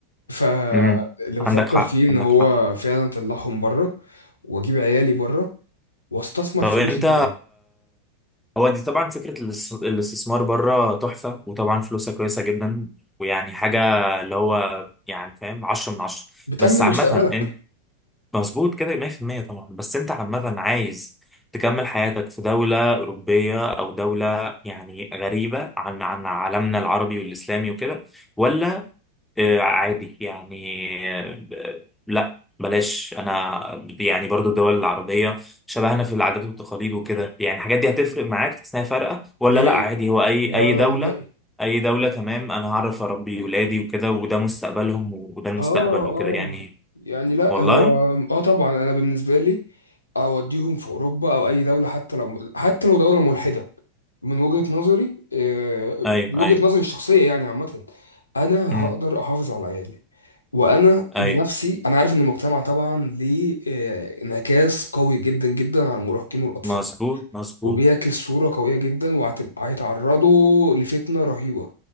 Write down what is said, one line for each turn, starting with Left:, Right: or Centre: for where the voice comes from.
Left: فاللي
Centre: مم.
Left: بفكر
Centre: عندك حق
Left: فيه ان
Centre: عندك
Left: هو
Centre: حق
Left: فعلا اطلعهم بره واجيب عيالي بره واستثمر
Centre: طب
Left: فلوسي
Centre: انت
Left: بره
Centre: هو دي طبعا فكرة الاس- الاستثمار بره تحفة وطبعا فلوسها كويسة جدا ويعني حاجة اللي هو يعني فاهم عشرة من عشرة
Left: بتأمن
Centre: بس عامة
Left: مستقبلك
Centre: انت مظبوط كده 100% طبعا بس انت عامة عايز تكمل حياتك في دولة أوروبية أو دولة يعني غريبة عن عن عالمنا العربي والإسلامي وكده ولا آه، عادي يعني آه، ب- لا بلاش انا يعني برضو الدول العربيه شبهنا في العادات والتقاليد وكده يعني الحاجات دي هتفرق معاك تحس انها فارقه ولا
Left: نهائي
Centre: لا عادي هو اي
Left: لا
Centre: اي
Left: لا
Centre: دوله
Left: نهائي
Centre: اي دوله تمام انا هعرف اربي ولادي وكده وده مستقبلهم وده المستقبل
Left: اه
Centre: وكده
Left: اه
Centre: يعني
Left: يعني لا
Centre: والله
Left: هو اه طبعا انا بالنسبه لي اوديهم في اوروبا او اي دوله حتى لو حتى لو دوله ملحده من وجهه نظري آه،
Centre: ايوه
Left: من وجهه
Centre: ايوه
Left: نظري الشخصيه يعني عامه انا
Centre: امم
Left: هقدر احافظ على عيالي وانا
Centre: ايوه
Left: بنفسي انا عارف ان المجتمع طبعا ليه آه، انعكاس قوي جدا جدا على المراهقين والاطفال
Centre: مظبوط مظبوط
Left: وبيعكس صورة قوية جدا وهتبقى هيتعرضوا لفتنة رهيبة